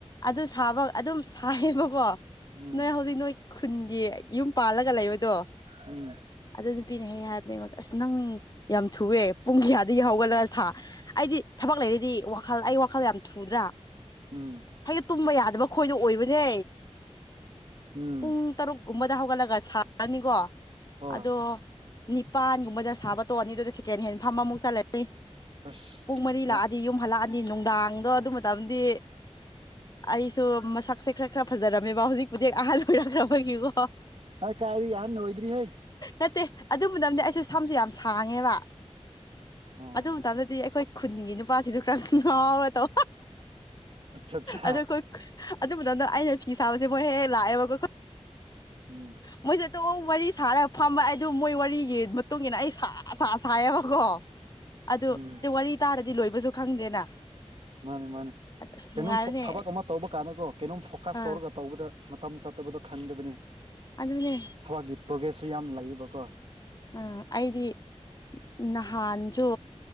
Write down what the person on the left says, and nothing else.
ꯑꯗꯨ ꯁꯥꯕ ꯑꯗꯨꯝ ꯁꯥꯏꯌꯦꯕꯀꯣ
ꯅꯣꯏ ꯍꯧꯖꯤꯛ ꯅꯣꯏ ꯈꯨꯟꯒꯤ ꯌꯨꯝ ꯄꯥꯜꯂꯒ ꯂꯩꯕꯥꯗꯣ
ꯑꯗꯨ ꯅꯨꯄꯤꯅ ꯍꯦꯛ ꯍꯦꯛ ꯍꯥꯏꯕꯅꯦ ꯑꯩꯉꯣꯟꯗ ꯑꯁ ꯅꯪ ꯌꯥꯝ ꯊꯨꯑꯦ ꯄꯨꯡ ꯀꯌꯥꯗꯒꯤ ꯍꯧꯒꯠꯂ ꯁꯥ ꯑꯩꯗꯤ ꯊꯕꯛ ꯂꯩꯔꯗꯤ ꯋꯥꯈꯜ ꯑꯩ ꯋꯥꯈꯜ ꯌꯥꯝ ꯊꯨꯗ꯭ꯔꯥ
ꯍꯥꯢꯗꯤ ꯇꯨꯝꯕ ꯌꯥꯗꯕ ꯈꯣꯏꯅ ꯑꯣꯏꯕꯅꯦ
ꯄꯨꯡ ꯇꯔꯨꯛꯀꯨꯝꯕꯗ ꯍꯧꯒꯠꯂꯒ ꯁꯥꯔꯅꯤꯀꯣ
ꯑꯗꯣ ꯅꯤꯄꯥꯟꯒꯨꯝꯕꯗ ꯁꯥꯕ ꯇꯣꯛꯑꯅꯤ ꯑꯗꯨꯗ ꯁꯦꯀꯦꯟ ꯍꯦꯟ ꯐꯝꯕ ꯑꯃꯨꯛ ꯆꯠꯂꯅꯤ
ꯄꯨꯡ ꯃꯔꯤ ꯂꯥꯛꯑꯗꯤ
ꯌꯨꯝ ꯍꯜꯂꯛꯑꯅꯤ ꯅꯨꯡꯗꯥꯡꯗꯣ ꯑꯗꯨ ꯃꯇꯝꯗꯤ ꯑꯩꯁꯨ ꯃꯁꯛꯁꯦ ꯈꯔ ꯈꯔ ꯐꯖꯔꯝꯃꯦꯕ ꯍꯧꯖꯤꯛꯄꯨꯗꯤ ꯑꯍꯜ ꯑꯣꯏꯔꯛꯈ꯭ꯔꯕꯒꯤꯀꯣ
ꯅꯠꯇꯦ ꯑꯗꯨꯝ ꯃꯇꯝꯗꯤ ꯑꯩꯁꯦ ꯁꯝꯁꯦ ꯌꯥꯝ ꯁꯥꯡꯉꯦꯕ
ꯑꯗꯨ ꯃꯇꯝꯗꯗꯤ ꯑꯩꯈꯣꯏ ꯈꯨꯟꯒꯤ ꯅꯨꯄꯥꯁꯤꯁꯨ ꯈꯔ ꯉꯥꯎꯒꯦ ꯇꯧ
ꯑꯗꯨ ꯃꯇꯝꯗ ꯑꯩꯅ ꯐꯤ ꯁꯥꯕꯁꯦ ꯃꯣꯏ ꯍꯦꯛ ꯍꯦꯛ ꯂꯥꯛꯑꯦꯕꯀꯣ
ꯃꯣꯏꯁꯦ ꯇ ꯋꯥꯔꯤ ꯁꯥꯔ ꯐꯝꯃ ꯑꯩ ꯑꯗꯨ ꯃꯣꯏ ꯋꯥꯔꯤꯒꯤ ꯃꯇꯨꯡ ꯏꯟꯅ ꯑꯩ ꯁꯥ ꯁꯥ ꯁꯥꯏꯌꯦꯕꯀꯣ ꯑꯗꯨ
ꯑ ꯋꯥꯔꯤ ꯇꯥꯔꯗꯤ ꯂꯣꯏꯕꯁꯨ ꯈꯪꯗꯦꯅ
ꯑꯁ ꯅꯨꯡꯉꯥꯏꯕꯅꯦ
ꯑꯥ
ꯑꯗꯨꯅꯦ
ꯎ ꯑꯩꯗꯤ ꯅꯍꯥꯟꯁꯨ